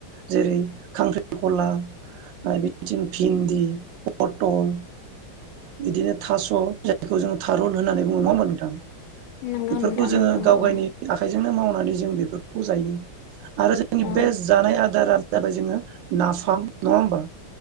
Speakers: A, on the right; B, on the left.
A: जेरै खांख्रिखला ओ बिदिनो फिन्दि फटल बिदिनो थास जायखौ जोङो थारुन होननानै <unintelligible> थां
B: नंगौ
A: बेफोरखौ
B: नोंथां
A: जोङो
B: नंगौ
A: गाव
B: औ
A: गायनि आखाइ जोंनो मावनानै जों बेफोरखौ जायो आरो जोंनि
B: औ
A: बेस्ट जानाय आदारा जाबाय जोङो नाफाम नङा होमबा